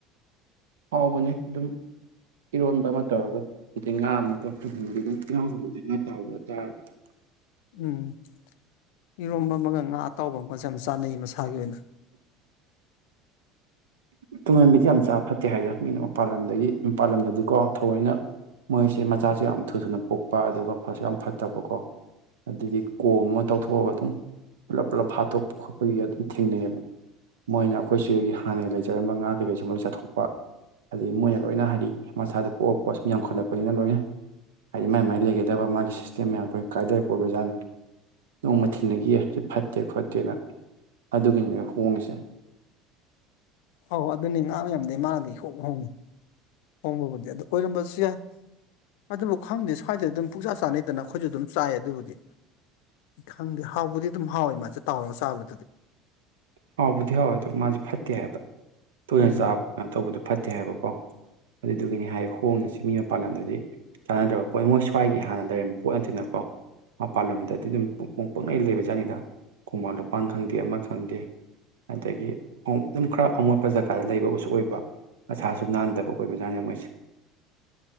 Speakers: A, on the right; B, on the left.
A: ꯍꯥꯎꯕꯅꯦ ꯑꯗꯨꯝ ꯏꯔꯣꯟꯕ ꯑꯃ ꯇꯧꯔꯒ ꯑꯗꯩ ꯉꯥ <unintelligible>
B: ꯎꯝ ꯏꯔꯣꯝꯕ ꯑꯃꯒ ꯉꯥ ꯑꯇꯥꯎꯕ ꯑꯃꯒꯖꯦ ꯌꯥꯝ ꯆꯥꯅꯩ ꯃꯁꯥꯒꯤ ꯑꯣꯏꯅ
A: ꯇꯨꯡꯍꯟꯕꯤꯗꯤ ꯌꯥꯝ ꯆꯥ ꯐꯠꯇꯦ ꯍꯥꯏꯗ ꯃꯤꯅ ꯃꯄꯥꯥꯟ ꯂꯝꯗꯒꯤ ꯃꯄꯥꯜ ꯂꯝꯗꯗꯤꯀꯣ ꯊꯑꯣꯏꯅ ꯃꯣꯏꯁꯦ ꯃꯆꯥꯁꯨ ꯌꯥꯝ ꯊꯨ ꯊꯨꯅ ꯄꯣꯛꯄ ꯑꯗꯨꯒ ꯐꯁꯨ ꯌꯥꯝ ꯐꯠꯇꯕꯀꯣ ꯑꯗꯨꯒꯤ ꯀꯣꯝ ꯑꯃ ꯇꯧꯊꯣꯛꯑꯒ ꯑꯗꯨꯝ ꯄꯨꯂꯞ ꯄꯨꯜꯂꯞ ꯍꯥꯠꯇꯣꯛꯄ ꯈꯣꯠꯄꯒꯤꯒ ꯑꯗꯨꯝ ꯊꯦꯡꯅꯩꯑꯕ ꯃꯣꯏꯅ ꯑꯈꯣꯏ ꯁꯤꯗꯒꯤ ꯍꯥꯟꯅꯒꯤ ꯂꯩꯖꯔꯝꯕ ꯉꯥ ꯀꯩꯀꯩꯁꯤ ꯂꯣꯏ ꯆꯥꯊꯣꯛꯄ ꯑꯗꯩ ꯃꯣꯏꯅ ꯂꯣꯏꯅ ꯍꯥꯏꯗꯤ ꯃꯁꯥꯗ ꯄꯣꯛꯑ ꯄꯣꯑ ꯁꯨꯝ ꯌꯥꯝꯈꯠꯂꯛꯄꯅꯤꯅ ꯂꯣꯏꯅ ꯍꯥꯏꯗꯤ ꯃꯥꯏ ꯃꯥꯏ ꯂꯩꯒꯗꯕ ꯃꯥꯒꯤ ꯁꯤꯁꯇꯦꯝ ꯃꯌꯥꯝ ꯂꯣꯏꯅ ꯀꯥꯏꯗꯔꯛꯄ ꯑꯣꯏꯕꯖꯥꯅꯤ ꯅꯣꯡꯃ ꯊꯤꯡꯅꯒꯤꯌꯦ ꯁꯤ ꯐꯠꯇꯦ ꯈꯣꯠꯇꯦꯅ ꯑꯗꯨꯒꯤꯅꯤ ꯍꯣꯡꯉꯤꯁꯦ
B: ꯑꯧ ꯑꯗꯨꯅꯤ ꯉꯥ ꯃꯌꯥꯝꯗꯩ ꯃꯥꯅꯗꯤ ꯏꯍꯣꯡ ꯍꯣꯡꯉꯤ ꯍꯣꯡꯕꯕꯨꯗꯤ ꯑꯗꯨ ꯑꯣꯏꯔꯝꯕꯁꯨ ꯌꯥꯏ ꯑꯗꯨꯕꯨ ꯈꯪꯗꯦ ꯁ꯭ꯋꯥꯏꯗꯗꯤ ꯑꯗꯨꯝ ꯄꯨꯛꯆꯥꯥ ꯆꯥꯅꯩꯗꯅ ꯑꯈꯣꯏꯖꯨ ꯑꯗꯨꯝ ꯆꯥꯏꯌꯦ ꯑꯗꯨꯕꯨꯗꯤ ꯈꯪꯗꯦ ꯍꯥꯎꯕꯨꯗꯤ ꯑꯗꯨꯝ ꯍꯥꯎꯋꯦ ꯃꯥꯁꯦ ꯇꯥꯎꯔꯒ ꯆꯥꯕꯗ
A: ꯍꯥꯎꯕꯨꯗꯤ ꯍꯥꯎꯋꯦ ꯑꯗꯣ ꯃꯥꯁꯦ ꯐꯠꯇꯦ ꯍꯥꯏꯕ ꯇꯣꯏꯅ
B: ꯎꯝ
A: ꯆꯥꯕ ꯀꯩꯅꯣ ꯇꯧꯕꯗꯣ ꯐꯠꯇꯦ ꯍꯥꯏꯕꯀꯣ ꯑꯗꯨꯗꯨꯒꯤꯅꯤ ꯍꯥꯏ ꯍꯣꯡꯉꯁꯤ ꯃꯤ ꯃꯄꯥꯟꯂꯝꯗꯗꯤ ꯆꯥꯟꯅꯗ꯭ꯔꯕ ꯄꯣꯠ ꯃꯣꯏ ꯁ꯭ꯋꯥꯏꯒꯤ ꯍꯥꯟꯅ ꯂꯩꯔꯝꯕ ꯄꯣꯠ ꯅꯠꯇꯦꯅꯀꯣ ꯃꯄꯥꯜ ꯂꯝꯗꯗꯤ ꯑꯗꯨꯝ ꯄꯨꯡꯄꯣꯡ ꯄꯨꯡꯂꯩ ꯂꯩꯕꯖꯥꯠꯅꯤꯗ ꯈꯣꯡꯕꯥꯟ ꯂꯨꯄꯥꯟ ꯈꯪꯗꯦ ꯑꯃ ꯈꯪꯗꯦ ꯑꯗꯒꯤ ꯑꯗꯨꯝ ꯈꯔ ꯑꯃꯣꯠꯄ ꯖꯒꯥꯗ ꯂꯩꯕꯁꯨ ꯑꯣꯏꯕ ꯃꯁꯥꯁꯨ ꯅꯥꯟꯗꯕ ꯑꯣꯏꯕꯖꯥꯠꯅꯤ ꯃꯣꯏꯁꯦ